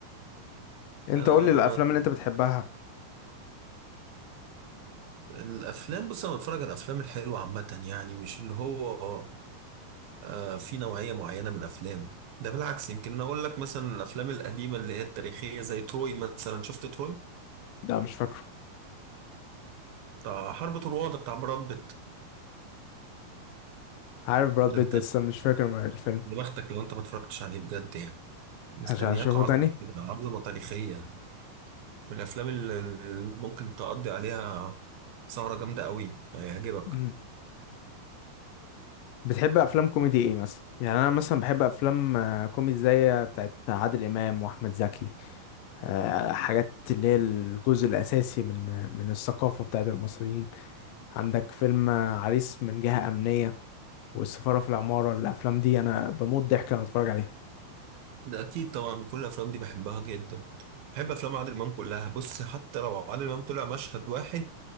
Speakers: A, on the left (about 75°); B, on the right (about 70°).
A: أنت
B: أنا
A: قول لي الأفلام اللي أنت بتحبها
B: الأفلام بص أنا بتفرج على الأفلام الحلوة عامة يعني مش اللي هو آه في نوعية معينة من الأفلام ده بالعكس يمكن أقول لك مثلا الأفلام القديمة اللي هي التاريخية زي تروي مثلا شفت تروي؟
A: لا مش فاكره
B: بتاع حرب طروادة بتاع براد بيت
A: عارف براد
B: ده
A: بيت
B: أنت
A: بس مش فاكر الفيلم
B: يا بختك لو أنت ما اتفرجتش عليه بجد يعني مستنياك
A: عشان أشوفه
B: عظمة
A: تاني
B: كده عظمة تاريخية من الافلام اللي اللي ممكن تقضي عليها سهرة جامدة قوي هيعجبك
A: مم. بتحب أفلام كوميدي إيه مثلا؟ يعني أنا مثلا بحب أفلام آه، كوميدي زي بتاعت عادل إمام وأحمد زكي آه، حاجات اللي هي الجزء الأساسي من من الثقافة بتاعت المصريين عندك فيلم آه، عريس من جهة أمنية والسفارة في العمارة الأفلام دي أنا بموت ضحك لما أتفرج عليها
B: ده اكيد طبعا كل الافلام دي بحبها جدا بحب افلام عادل امام كلها بص حتى لو عادل امام طلع مشهد واحد